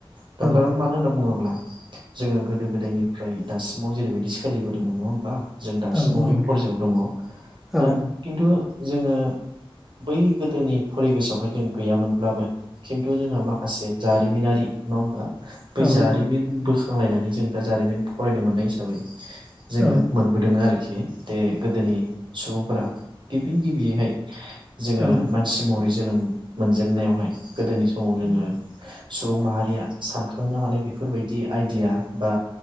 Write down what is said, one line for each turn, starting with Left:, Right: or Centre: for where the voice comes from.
Right: थ
Centre: औ
Right: कारन मानो होनना बुङोब्ला जोङो गोदो गोदायनिफ्राय दासिमाव जेरैबायदि सोलिबोदोंमोन नङा होमबा जों दासिमाव
Centre: औ
Right: बे परजायाव दङ
Centre: औ
Right: दा खिन्थु जोङो बै गोदोनि फरिबेसावहाय जों गैयामोनब्लाबो खिन्थु जोंहा माखासे जारिमिनारि नङा होमबा बै
Centre: औ
Right: जारिमिन बुस नांलायनानै जों दा जारिमिन फरायनो मोननाय हिसाबै जोङो
Centre: औ
Right: मोनबोदों आरि खि दे गोदोनि सुबुंफोरा गिबि गिबियैहाय जोङो
Centre: औ
Right: मानसि महरै जोनोम मोनजेननायावहाय गोदोनि समाव जोङो सुबुं माहारिया सानखांनो हानाय बेफोरबायदि आइडिया बा